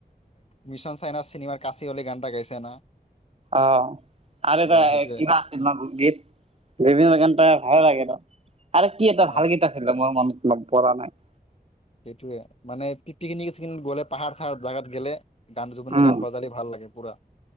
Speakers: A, on the left; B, on the right.
A: মিছন চাইনা চিনেমাৰ কাচি হলি গান এটা গাইছে না
B: অ' আৰু এটা
A: অ সেইটোৱে
B: কিবা আছিল গীত জুবিন গান ভাল লাগিল। আৰু কি এটা
A: অ
B: ভাল গেইটা আছিলে মোৰ মনত। পৰা নাই।
A: সেইটোয়ে মানে পিকনিক চিকনিক গ'লে পাহাৰ চাহাৰ জোগাত গ'লে গান জুবিনো
B: উম,
A: গান বজালি ভাল লাগে পুৰা